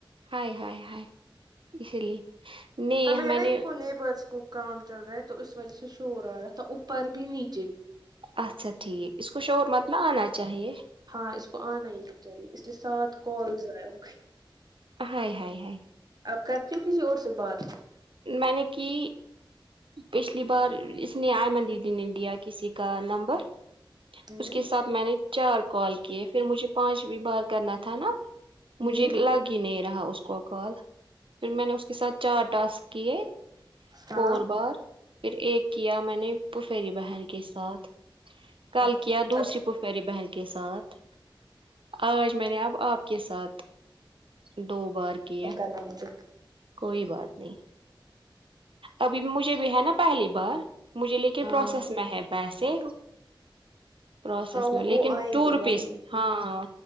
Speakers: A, on the right; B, on the right.
A: ہائے ہائے ہائےاس لیے نہیں
B: ہم ہے
A: میں
B: نا
A: نے
B: ان کو نیبرس کو کام چل رہا ہے تو اس وجہ سے شور آ رہا تھا اوپر بھی نی
A: اچھا ٹھیک اس کو شور مت نہ آنا چاہیے
B: ہاں اس کو آنا ہی نہیں چاہیے اس لیے سات کالز ضائع ہوگئے
A: ہاے ہاے ہاے
B: آپ کرتی ہو کسی اور سے بات
A: میں نے کی پچھلی بار اس نے ایمن دی دی نے دیا کسی کا نمبر
B: ہوں
A: اس کے ساتھ میں نے چار کال کیے پھر مجھے پانچویں بار کرنا تھا نا
B: ہوں
A: مجھے لگ کے نہیں رہا اس کو کال پھر میں نے اس کے ساتھ چار ٹاسک کیے
B: ہاں
A: فور بار پھر ایک کیا میں نے پوفیری بہن کے ساتھ کل
B: اچھا
A: کیا دوسری
B: اب
A: پوفری بہن کے ساتھ آج میں نے اب آپ کے ساتھ دو بار کیا
B: ورنہ مجھے
A: کوئی بات نہیں ابھی مجھے بھی ہے نا پہلی بار مجھے لے کے
B: ہاں
A: پروسیس میں ہے پیسے پروسیس
B: ہاں
A: میں لیکن
B: وہ آئیں
A: ٹو
B: گے
A: روپیز
B: وہ آئیں
A: ہاں